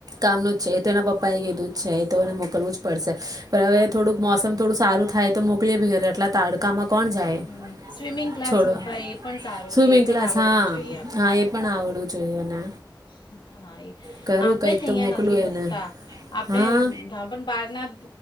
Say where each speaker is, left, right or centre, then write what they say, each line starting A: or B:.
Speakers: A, on the right; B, on the left.
A: કામનું જ છે તો એના પપ્પા એ કીધું જ છે તો એને મોકલવું જ પડશે પર હવે થોડુંક મોસમ થોડું સારું થાય તો મોકલીએ ભી ઘરે આટલા તાડકામાં કોણ જાય
B: હમ સ્વિમિંગ ક્લાસ
A: છોડો
B: મૂકાય એ પણ સારું
A: સ્વિમિંગ
B: છે એ પણ
A: ક્લાસ
B: આવડવું
A: હા
B: જોઈએ
A: હા એ પણ આવડવું જોઈએ એને
B: હમ્મ. હા એ
A: કરું
B: આપણેે
A: કંઈક
B: જ
A: તો
B: અહિયાં
A: મોકલું
B: નથી મુકતા
A: એને
B: આપણે
A: હા
B: અ પણ બાર ના પ